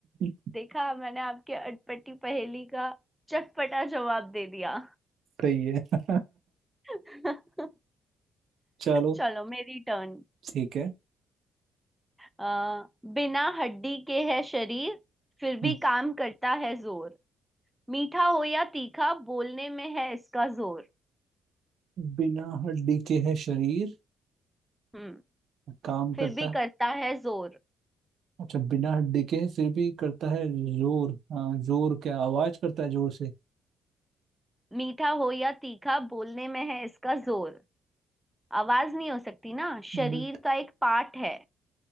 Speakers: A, on the right; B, in the centre.
A: <laughs>
B: देखा मैंने आपके अटपटी पहेली का चटपटा जवाब दे दिया
A: सही है
B: <laughs>
A: <laughs> चलो
B: चलो मेरी टर्न
A: ठीक है
B: आ, बिना हड्डी के है शरीर फिर भी
A: हम्म।
B: काम करता है जोर मीठा हो या तीखा बोलने में है इसका जोर
A: बिना हड्डी के है शरीर
B: हम्म
A: काम
B: फिर
A: करता
B: भी
A: है
B: करता है जोर
A: अच्छा बिना हड्डी के है फिर भी करता है जोर हाँ जोर क्या आवाज करता है जोर से
B: मीठा हो या तीखा बोलने में है इसका जोर आवाज नहीं हो सकती ना शरीर
A: बट
B: का एक पार्ट है